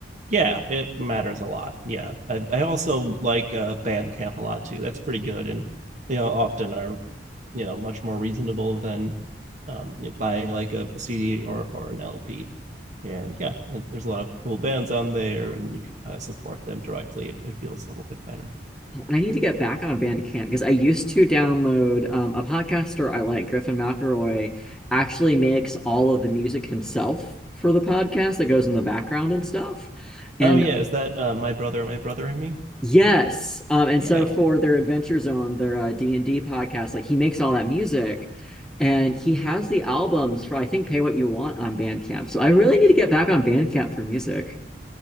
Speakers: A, on the right; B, in the centre.
A: yeah, it matters a lot. Yeah, I, I also like uh, Bandcamp a lot too. That's pretty good, and they all often are, you know, much more reasonable than um, you know, buying like a CD or or an LP. And yeah, and there's a lot of cool bands on there, and you can kind of support them directly. It, it feels a little bit better.
B: I need to get back on Bandcamp because I used to download um, a podcaster I like, Griffin McElroy, actually makes all of the music himself for the podcast that goes in the background and stuff. And
A: Oh yeah, is that uh, my brother, my brother and me?
B: yes, um, and
A: Yeah.
B: so for their Adventure Zone, their uh, D&D podcast, like he makes all that music and he has the albums for I think Pay What You Want on Bandcamp. So I really need to get back on Bandcamp for music.